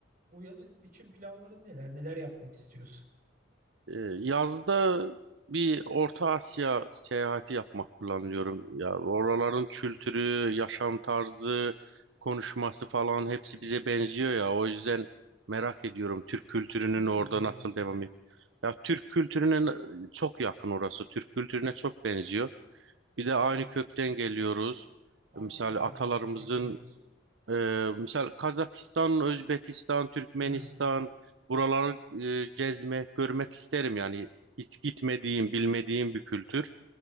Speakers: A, on the right (about 45°); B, on the right (about 75°).
A: Bu yaz için planların neler? Neler yapmak istiyorsun?
B: Ee, yazda bir Orta Asya seyahati yapmak planlıyorum. Ya oraların kültürü, yaşam tarzı, konuşması falan hepsi bize benziyor ya. O yüzden merak ediyorum Türk kültürünün
A: Nasıl
B: orada
A: bize
B: nasıl
A: benziyor?
B: devam et. Ya Türk kültürüne n- çok yakın orası. Türk kültürüne çok benziyor. Bir de
A: Ben
B: aynı kökten geliyoruz.
A: hangi
B: Misal
A: ülkeleri
B: atalarımızın
A: di- kastediyorsun?
B: ee, misal Kazakistan, Özbekistan, Türkmenistan
A: Ha,
B: buraları e, gezmek, görmek isterim yani hiç gitmediğim, bilmediğim bir kültür